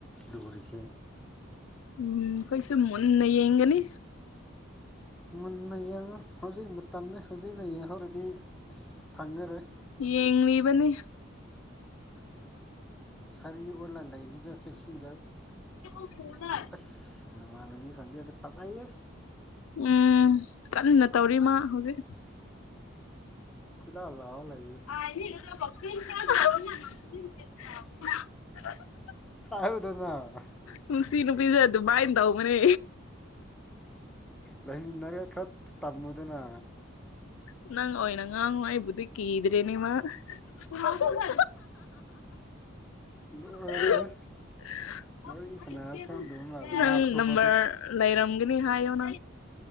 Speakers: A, in the centre; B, on the left (about 80°).
A: ꯂꯨꯔꯤꯁꯦ
B: ꯎꯝ ꯑꯈꯣꯏꯁꯨ ꯃꯨꯟꯅ ꯌꯦꯡꯒꯅꯤ
A: ꯃꯨꯟꯅ ꯌꯦꯡꯉꯨ ꯍꯧꯖꯤꯛ ꯃꯇꯝꯅꯤ ꯍꯧꯖꯤꯛꯅ ꯌꯦꯡꯍꯧꯔꯗꯤ ꯐꯪꯉꯔꯣꯏ
B: ꯌꯦꯡꯅꯤꯕꯅꯤ
A: ꯁꯔꯤ ꯑꯣꯂꯥꯟ ꯂꯥꯏꯅꯤꯒ ꯆꯦꯛꯁꯤꯦꯟꯖꯔ
B: <unintelligible>
A: ꯑꯁ ꯅꯅꯨꯡꯉꯥꯟꯅꯕꯕꯤ ꯈꯟꯖꯩ ꯑꯗ ꯄꯖꯩꯌꯦ <unintelligible>
B: ꯎꯝ ꯀꯟꯅ ꯇꯧꯔꯤ ꯃꯥ ꯍꯧꯖꯤꯛ
A: ꯂꯧ ꯂꯥꯎ ꯂꯩꯑꯦ
B: <unintelligible>
A: ꯑꯗꯅ <unintelligible>
B: ꯅꯨꯡꯁꯤ ꯅꯨꯄꯤꯁ ꯑꯗꯨ ꯃꯥꯏꯅ ꯇꯧꯕꯅꯦ
A: ꯂꯩꯃꯤꯟꯅꯔꯒ ꯈꯔ ꯇꯝꯃꯨꯗꯅ
B: ꯅꯪ ꯑꯣꯏꯅ ꯉꯥꯡꯉꯨ ꯑꯩꯕꯨꯗꯤ ꯀꯤꯗ꯭ꯔꯦ ꯃꯥ ꯃꯃ
A: ꯂꯣꯏꯔꯦꯍꯦ
B: <unintelligible>
A: ꯋꯥꯔꯤ ꯁꯥꯟꯅꯔꯁꯨ ꯈꯪꯗꯕ ꯃꯥꯜꯂꯦ
B: ꯅꯪ
A: ꯃꯥ ꯊꯣꯛꯄꯗꯨ
B: ꯅꯝꯕꯔ ꯂꯩꯔꯝꯒꯅꯤ ꯍꯥꯏ ꯑꯣꯅ